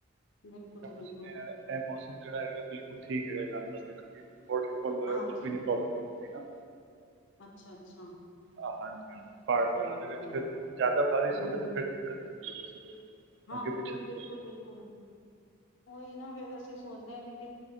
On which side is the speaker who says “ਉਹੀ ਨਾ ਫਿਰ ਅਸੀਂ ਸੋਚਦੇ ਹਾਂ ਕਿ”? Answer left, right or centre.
Left